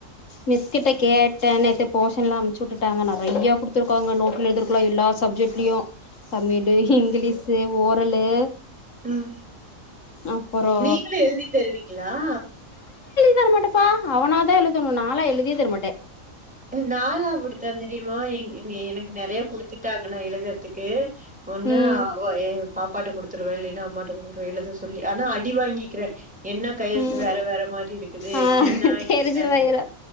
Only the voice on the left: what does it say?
மிஸ்கிட்ட கேட் ட்ட நைத்தே போஷன்லா அம்ச்சு வுட்டுட்டாங்க நறையா குடுத்துருக்காங்க நோட்ல எலுதிருக்குல எல்லா சப்ஜெக்ட்லயு தமிபி டேய் இங்கிலீஷு ஓரலு
அப்றோ
தரமாட்டப்பா அவனாதா எழுதணு நாளா எழுதியே தரமாட்ட
ம்
ம்
ஆ
தெரிஞ்சு
போயிரு